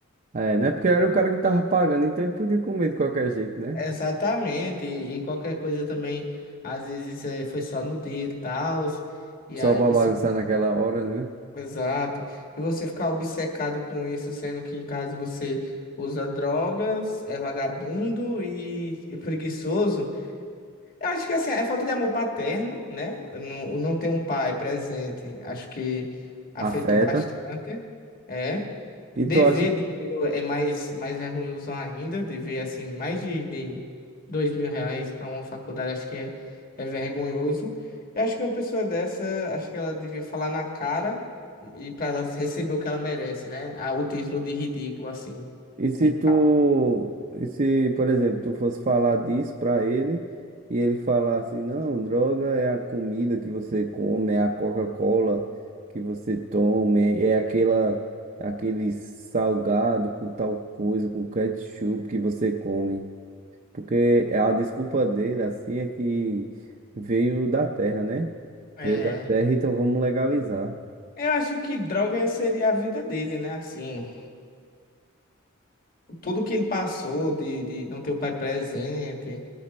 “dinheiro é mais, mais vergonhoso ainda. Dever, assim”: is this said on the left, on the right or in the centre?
Left